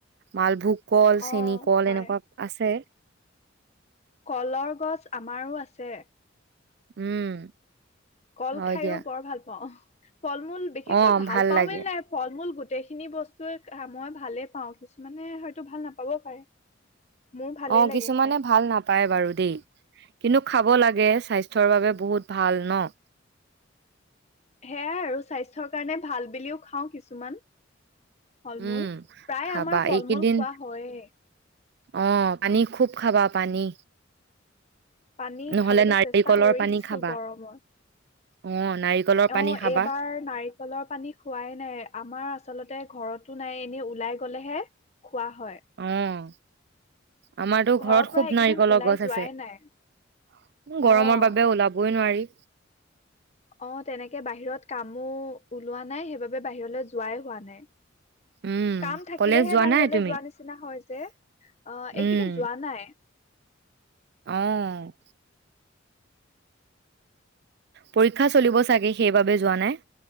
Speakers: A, on the right; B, on the left.
A: মালভোগ। কল,
B: অ',
A: চেনীকল
B: হয়।
A: এনেকুৱা আছে।
B: কলৰ গছ আমাৰো আছে।
A: উম।
B: কল
A: হয়
B: খাইও
A: দিয়া
B: বৰ ভাল পাওঁ। ফল-মূল বিশেষকৈ
A: অ
B: ভাল পাওঁ
A: লাগে
B: বুলি নাই। ফল-মূল গোট গোটেইখিনি বস্তুৱে খা, মই ভালেই পাওঁ, কিছুমানে হয়তো ভাল নাপাবও পাৰে। মোৰ ভালেই
A: অ',
B: লাগে
A: কিছুমানে
B: খাই
A: ভাল নাপায় বাৰু দেই, কিন্তু খাব লাগ যে স্বাস্থ্যৰ বাবে বহুত ভাল ন?
B: সেয়াই আৰু স্বাস্থ্যৰ কাৰণে ভাল বিলিও খাওঁ কিছুমান। ফল-মূল,
A: উম
B: প্ৰায়
A: খাবা
B: আমাৰ ফল-মূল
A: এইকেইদিন
B: খোৱা হয়েই।
A: অ', পানী খুব খাবা, পানী।
B: পানী
A: নহ'লে
B: খাবলৈ
A: নাৰিকলৰ
B: চেষ্টা কৰি
A: পানী
B: আছোঁ,
A: খাবা।
B: গৰমত।
A: <inaudible>
B: অ
A: পানী খাবা
B: এইবাৰ নাৰিকলৰ পানী খোৱাই নাই আমাৰ। আচলতে ঘৰতো নাই, এনে ওলাই গ'লেহে। খোৱা হয়।
A: অ', আমাৰতো ঘৰত
B: ঘৰৰ পৰা
A: খুব
B: এইকেইদিন
A: নাৰিকলৰ
B: ওলাই
A: গছ
B: যোৱাই
A: আছে। ও,
B: নাই
A: গৰমৰ
B: অ
A: বাবে ওলাবই নোৱাৰি।
B: অ', তেনেকে বাহিৰত কামও ওলোৱা নাই, সেইবাবে বাহিৰলৈ যোৱাই হোৱা নাই।
A: উম,
B: কাম থাকিলেহে
A: কলেজ যোৱা
B: বাহিৰলে
A: নাই তুমি?
B: যোৱা নিচিনা হয় যে, অ', এইকেইদিন
A: উম,
B: যোৱা নাই।
A: অ'। পৰীক্ষা চলিব চাগে, সেইবাবে যোৱা নাই।